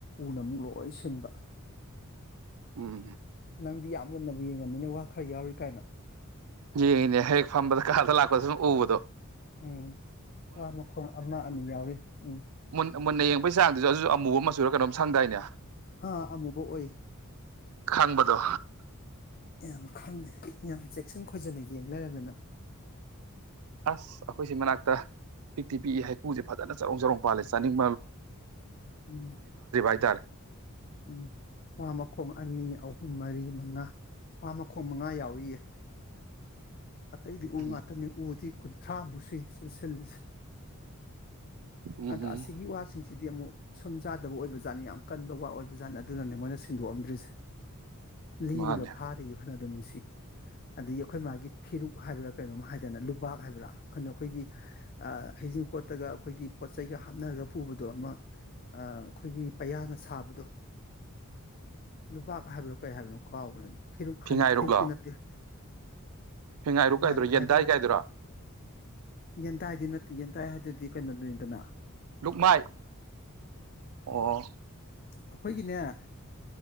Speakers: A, on the left (about 40°); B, on the right (about 80°).
A: ꯎꯅ ꯑꯃꯨꯛ ꯂꯣꯏ ꯁꯤꯟꯕ
B: ꯎꯝ
A: ꯅꯪꯗꯤ ꯌꯥꯝ ꯃꯨꯟꯅꯕ ꯑꯗꯨ ꯌꯦꯡꯉꯝꯃꯤꯅꯦ ꯋꯥ ꯈꯔ ꯌꯥꯎꯔꯤ ꯀꯥꯏꯅ
B: ꯌꯦꯅꯦ ꯍꯦꯦꯛ ꯐꯝꯕ ꯀ ꯂꯥꯛꯣꯏ ꯎ ꯗꯣ
A: ꯎꯝ ꯋꯥ ꯃꯈꯣꯡ ꯑꯃ ꯑꯅꯤ ꯌꯥꯎꯔꯤ ꯎꯝ
B: ꯃꯨꯟꯅ ꯌꯦꯡꯕꯩ ꯆꯥꯡꯗꯨꯁꯨ ꯑꯗꯨꯁꯨ ꯑꯃꯨꯕ ꯃꯆꯨꯔ ꯀꯣꯝ ꯁꯪꯗꯥꯏꯅꯦ
A: ꯑꯥ ꯑꯃꯨꯕ ꯑꯣꯏ
B: ꯈꯪꯕꯗꯣ
A: ꯌꯥꯝ ꯈꯪꯉꯦ ꯌꯥꯝ ꯆꯦꯛꯁꯤꯟ ꯈꯣꯏꯖꯟꯅ ꯌꯦꯡ ꯂꯩꯔꯝꯃꯤꯅ
B: ꯑꯁ ꯑꯩꯈꯣꯏꯁꯤ ꯃꯅꯥꯛꯇ ꯄꯤꯛꯇꯤ ꯄꯤꯛꯏ ꯍꯥꯏ ꯍꯨꯦ ꯐꯅ ꯆꯔꯣꯡ ꯆꯣꯡ ꯄꯜꯂ ꯆꯥꯅꯤꯡ
A: ꯎꯝ
B: ꯍꯥꯏꯇꯥꯔꯦ
A: ꯎꯝ ꯋꯥ ꯃꯈꯣꯡ ꯑꯅꯤ ꯑꯍꯨꯝ ꯃꯔꯤ ꯃꯉꯥ ꯋꯥ ꯃꯈꯣꯡ ꯃꯉꯥ ꯌꯥꯎꯔꯤꯌꯦ ꯑꯇꯩꯗꯤ ꯎ
B: ꯎꯝ
A: ꯉꯥꯛꯇꯅꯦ ꯎꯗꯤ ꯀꯨꯟ ꯊꯔꯥꯃꯨꯛꯁꯤ ꯁꯤ ꯁꯤꯜꯂꯤꯁꯤ
B: ꯎꯝ
A: ꯑꯗ
B: ꯎꯝ
A: ꯁꯤꯒꯤ ꯋꯥꯁꯤ ꯁꯤꯗꯤ ꯑꯃꯨꯛ ꯁꯨꯝ ꯆꯥꯗꯕꯖꯥꯠꯅꯤ ꯌꯥꯝ ꯀꯟꯕ ꯋꯥ ꯑꯣꯏꯕꯖꯥꯠꯅꯤ ꯑꯗꯨꯅꯅꯦ ꯃꯣꯏꯅ ꯁꯤꯟꯗꯣꯛꯑꯝꯗ꯭ꯔꯤꯁꯦ ꯂꯤꯅꯒ
B: ꯃꯥꯅꯦ
A: ꯐꯥꯔꯤꯨ ꯈ ꯑꯗꯨ ꯅꯨꯡꯁꯤ ꯑꯗꯒꯤ ꯑꯩꯈꯣꯏ ꯃꯥꯒꯤ ꯐꯤꯔꯨꯛ ꯍꯥꯏꯕ꯭ꯔꯥ ꯀꯩꯅꯣꯝꯃ ꯍꯥꯏꯗꯅ ꯂꯨꯕꯥꯛ ꯍꯥꯏꯕ꯭ꯔꯥ ꯀꯩꯅꯣ ꯑꯩꯈꯣꯏꯒꯤ ꯍꯩꯖꯤꯡꯄꯣꯠꯇꯒ ꯑꯩꯈꯣꯏꯒꯤ ꯄꯣꯠ ꯆꯩꯒ ꯍꯥꯞꯅꯔꯒ ꯄꯨꯕꯗꯣ ꯑꯃ ꯑꯩꯈꯣꯏꯒꯤ ꯄꯌꯥꯅ ꯁꯥꯕꯗꯣ ꯂꯨꯕꯥꯛ ꯍꯥꯏꯕꯅꯣ ꯀꯩ ꯍꯥꯏꯕꯅꯣ ꯀꯥꯎꯕꯅꯣꯅ ꯐꯦꯔꯨꯛ
B: ꯐꯤꯉꯥꯏꯔꯨꯛꯂꯣ
A: ꯍꯅ ꯐꯦꯔꯨꯛꯇꯤ ꯅꯠꯇꯦ
B: ꯐꯤꯉꯥꯏꯔꯨꯛ
A: ꯁꯉꯥꯏꯔꯛ
B: ꯀꯥꯏꯗꯨꯔꯥ ꯌꯦꯟꯗꯥꯏ
A: ꯍꯥꯏꯗꯅ
B: ꯀꯥꯏꯗꯨꯔꯥ
A: ꯌꯦꯟꯗꯥꯏꯗꯤ ꯅꯠꯇꯦ ꯌꯦꯟꯗꯥꯏ ꯍꯥꯏꯗꯨꯗꯤ ꯀꯩꯅꯣꯗꯅꯤꯗꯅ
B: ꯂꯨꯞꯃꯥꯏ ꯑꯣ
A: ꯑꯩꯈꯣꯏꯒꯤꯅꯦ